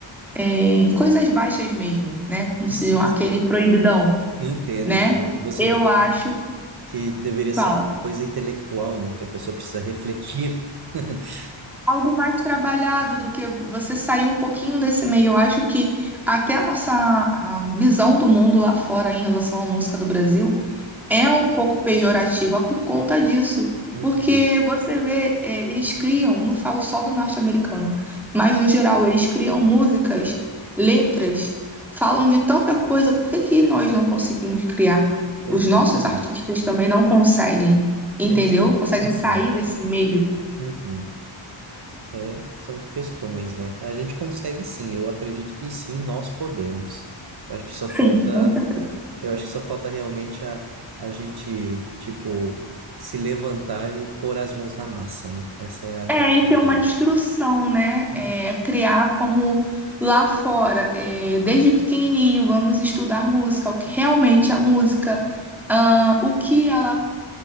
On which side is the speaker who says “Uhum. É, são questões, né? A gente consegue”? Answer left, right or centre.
Right